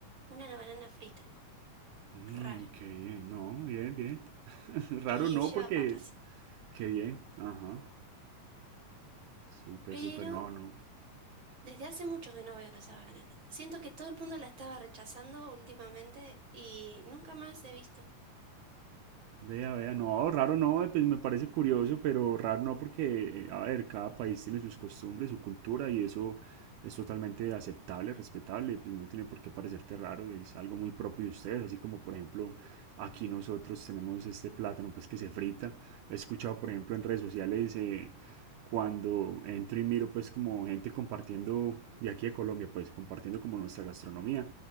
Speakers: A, on the right; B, on the right.
A: una banana frita,
B: mm,
A: raro,
B: qué bien, no, bien, bien. <laughs> Raro
A: y
B: no,
A: lleva
B: porque
A: papas.
B: qué bien, ajá. Súper,
A: Pero
B: súper, no, no.
A: desde hace mucho que no veo esa banana. Siento que todo el mundo la estaba rechazando últimamente y nunca más he visto.
B: Vea, vea, no, raro no, eh, pues me parece curioso, pero raro no porque, eh, a ver, cada país tiene sus costumbres, su cultura y eso es totalmente aceptable, respetable, pues no tiene por qué parecerte raro, es algo muy propio de ustedes, así como por ejemplo aquí nosotros tenemos este plátano pues que se frita. He escuchado por ejemplo en redes sociales eh, cuando entro y miro pues como gente compartiendo de aquí de Colombia, pues compartiendo como nuestra gastronomía.